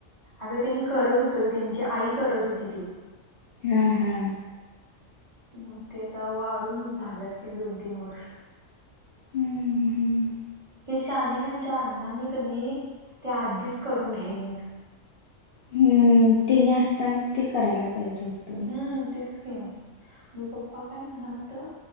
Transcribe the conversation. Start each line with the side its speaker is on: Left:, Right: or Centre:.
Right: अगं त्यांनी करत होतं त्यांची आई करत होती ते.
Left: हा हा.
Right: मग ते आता वारून झाले असतील दोन तीन वर्ष.
Left: हम्म हम्म.
Right: हे शानेने आमच्या अण्णांनी कध ते आधीच करून घ्यायच नाहीत.
Left: हम्म तेने असताना ते करायला पाहिजे होतं.
Right: हम तेस क मग पप्पा काय म्हणाल तर